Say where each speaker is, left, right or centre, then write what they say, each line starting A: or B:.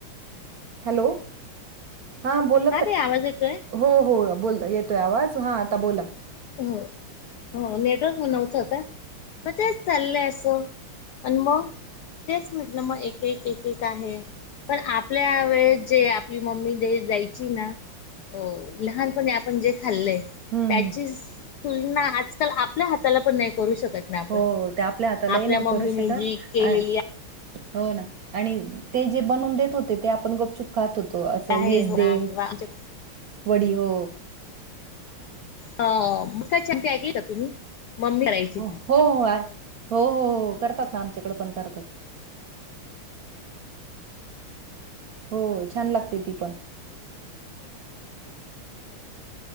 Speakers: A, on the right; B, on the left.
A: हॅलो हा बोला ताई
B: ते आवाज येतोय
A: हो हो बोल येतोय आवाज हा आता बोला
B: हो. हो. नेटवर्क म नव्हतं काय? मग तेच चाललं. असं अनुभव तेच म्हटलं मग एक एक एक एक आहे पण आपल्या वेळेस जे आपली मम्मी दे द्यायची ना हो लहानपणी आपण जे खाल्लंय
A: हम्म
B: त्याची तुलना आजकाल आपल्या हाताला पण नाही करू शकत. ना आपण
A: हो. ते आपल्या हातालाही
B: आपल्या
A: नाही
B: मम्मीने
A: करू, शकत
B: जी केलेली
A: अ हो ना आणि ते जे बनवून देत होते. ते आपण गपचुप खात होतो असं
B: आहे
A: हेच
B: हो
A: दे
B: ना किंवा आमच्या
A: वडी हो
B: अ मग काय मपी ऐक का तुम्ही मम्मी
A: हो.
B: ती
A: हो. हो हो करतात. ना आमच्याकडे पण करतात. हो. छान लागते. ती पण.